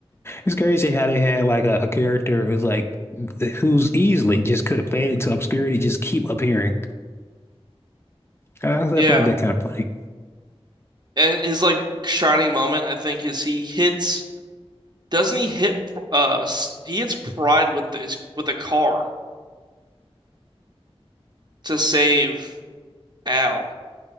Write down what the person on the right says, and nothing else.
Yeah.
And his like shining moment, I think, is he hits doesn't he hit uh s- he hits Pride with his with a car to save Al